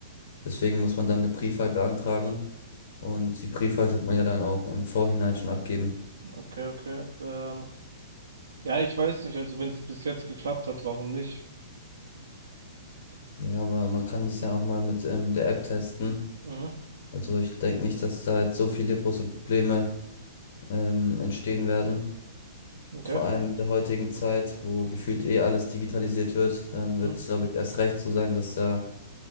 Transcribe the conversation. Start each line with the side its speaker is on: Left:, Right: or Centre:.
Left: Deswegen muss man dann eine Briefwahl beantragen. Und die Briefwahl tut man ja dann auch im Vorhinein schon abgeben.
Right: Okay, okay. Ähm, Ja, ich weiß nicht, also wenn es bis jetzt geklappt hat, warum nicht?
Left: Ja, aber man kann das ja auch mal mit ähm, der App testen.
Right: Mhm,
Left: Also ich denke nicht, dass da jetzt so viele große Probleme ähm, entstehen werden.
Right: okay.
Left: Vor allem in der heutigen Zeit, wo gefühlt eh alles digitalisiert wird, dann
Right: Mhm,
Left: wird es, glaube ich, erst recht so sein, dass da